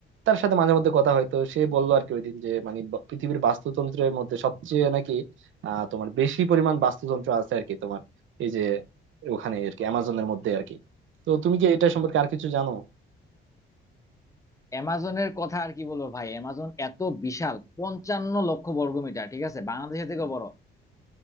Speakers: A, on the right; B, on the left.
A: তার সাথে মাঝে মধ্যে কথা হয় তো সে বললো আর কি ওইদিন যে মানে ব- পৃথিবীর বাস্তুতন্ত্রের মধ্যে সবচেয়ে নাকি আহ তোমার বেশি পরিমাণ বাস্তুতন্ত্র আছে আর কি তোমার এই যে ওখানে আর কি অ্যামাজনের মধ্যে আর কি তো তুমি কি এটা সম্পর্কে আর কিছু জানো
B: অ্যামাজনের কথা আর কি বলবো ভাই অ্যামাজন এত বিশাল পঞ্চান্ন লক্ষ বর্গমিটার ঠিক আছে বাংলাদেশের থেকেও বড়